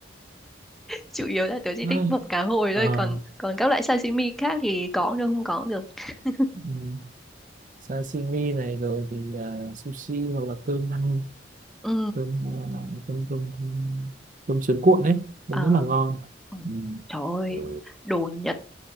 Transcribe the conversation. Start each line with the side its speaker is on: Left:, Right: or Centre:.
Centre: <laughs> Chủ yếu là tớ chỉ
Right: À.
Centre: thích bụng cá hồi
Right: Ờ,
Centre: thôi. Còn còn các loại sashimi khác thì có cũng được, không có cũng được. <laughs>
Right: ừ, sashimi này rồi thì à, sushi hoặc là cơm ăn
Centre: Ừ.
Right: cơm à, cơm cơm cơm, cơm sướng cuộn đấy nó
Centre: Ờ.
Right: rất là ngon
Centre: ừ.
Right: ừ.
Centre: Trời ơi,
Right: Ừ.
Centre: đồ Nhật.